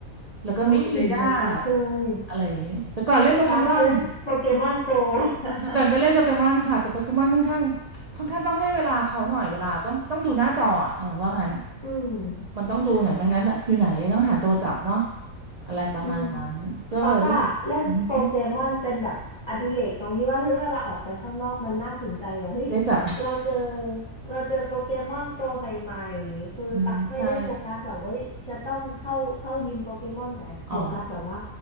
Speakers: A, on the right; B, on the left.
A: แล้วก็มีเรดาร์
B: อ่าเหมือนเหมือนตั๊กเลย
A: อะไรอย่างงี้แต่ก่อนเล่นโปเกมอน
B: ตั๊กอะเล่นโปเกมอนโก <laughs>
A: แต่ก่อนก็เล่นโปเกมอนค่ะแต่โปเกมอนค่อนข้างค่อนข้างต้องให้เวลาเขาหน่อยเวลาต้องต้องดูหน้าจออ่ะเออว่างั้น
B: อืม
A: มันต้องดูหน่อยไม่งั้นอยู่ไหนต้องหาตัวจับเนาะ
B: ใช่ใช่
A: อะไรประมาณนั้นก็เลยรู้สึกอืม
B: อืมตั๊กอะเล่นโปเกมอนเป็นแบบอดิเรกตรงที่ว่าเฮ้ยเวลาออกไปข้างนอกมันน่าสนใจแบบเฮ้ย
A: ได้จับ <laughs>
B: เราเจอเราเจอโปเกมอนตัวใหม่ๆคือตั๊กไม่ได้โฟกัสแบบว่าเฮ้ยจะต้องเข้าเข้ายิมโปเกมอนแต่โฟกัสแบบว่า
A: อืมใช่อ๋อ